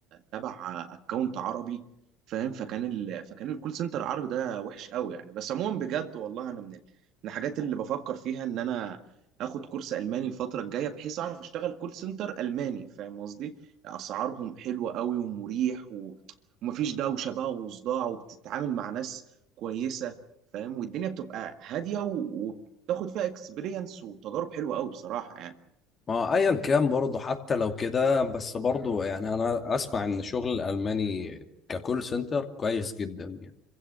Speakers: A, on the right; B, on the left.
A: تبع اكونت عربي فاهم فكان ال... فكان الكول سنتر العربي ده وحش قوي يعني بس عموما بجد والله انا من ال- من الحاجات اللي بفكر فيها ان انا اخد كورس الماني الفترة الجاية بحيث اعرف اشتغل كول سنتر الماني فاهم قصدي اسعارهم حلوه قوي ومريح و... ومفيش دوشه بقى وصداع وبتتعامل مع ناس كويسه فاهم والدنيا بتبقى هاديه و... وبتاخد فيها اكسبيرينس وتجارب حلوه قوي بصراحه يعني
B: ما ايا كان برضه حتى لو كده بس برضه يعني انا اسمع ان شغل الالماني ككول سنتر كويس جدا يعني